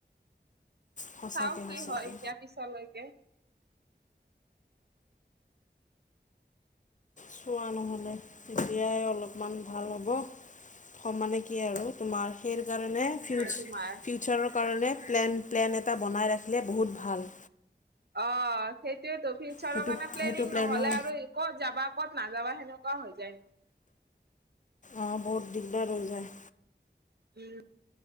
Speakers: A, on the left; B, on the right.
A: সঁচাকে
B: চাও কি
A: সঁচাকে
B: হয় এতিয়া পিছলৈকে
A: চোৱা নহ'লে তেতিয়াই অলপমান ভাল হ'ব সমানে কি আৰু তোমাৰ সেই কাৰণে ফিউচ
B: তোমাৰ
A: ফিউচাৰৰ কাৰণে প্লেন, প্লেন এটা বনাই ৰাখিলে বহুত ভাল
B: অ', সেইটোয়েতো ফিউচাৰৰ
A: সেইটো
B: কাৰণে প্লেনিং
A: সেইটো প্লেনৰ
B: নহলে আৰু ক'ত যাবা ক'ত নাযাবা সেনেকুৱা হৈ যায় ন।
A: অ', বহুত দিগদাৰ ৰ হৈ যায়
B: উম।